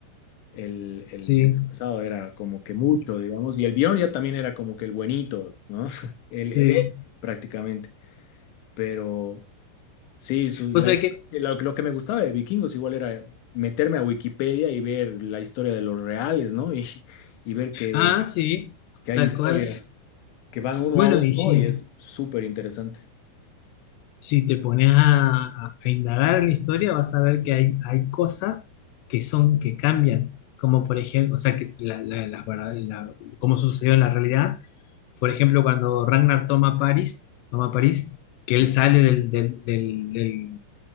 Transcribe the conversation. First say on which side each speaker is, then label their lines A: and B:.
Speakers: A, on the left; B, on the left.
A: el, el
B: sí,
A: desfasado era como que mucho, digamos. Y el Bjorn ya también era como que el buenito, ¿no? <laughs> El,
B: sí.
A: el héroe, prácticamente. Pero. Sí, su-
B: O
A: la-
B: sea que,
A: lo, lo que me gustaba de Vikingos igual era meterme a Wikipedia y ver la historia de los reales, ¿no? <laughs> Y, y ver que,
B: ah, sí,
A: que hay
B: tal
A: historias
B: cual.
A: que van uno
B: Bueno,
A: a uno
B: y sí.
A: y es súper interesante.
B: si te pones a, a- a indagar en la historia, vas a ver que hay, hay cosas que son, que cambian, como por ejemplo, o sea, que la, la, la verdad- la- como sucedió en la realidad, por ejemplo, cuando Ragnar toma París, toma París, que
A: Ya.
B: él sale del, del, del, del-